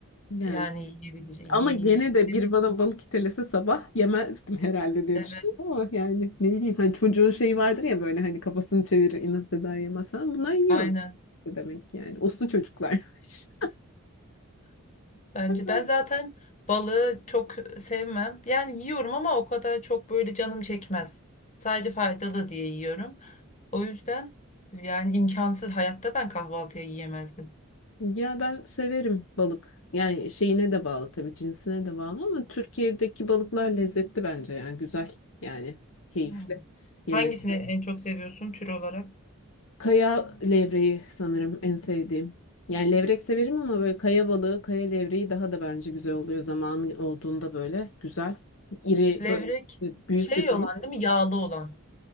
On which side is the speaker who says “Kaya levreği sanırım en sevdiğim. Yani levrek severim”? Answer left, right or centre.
Left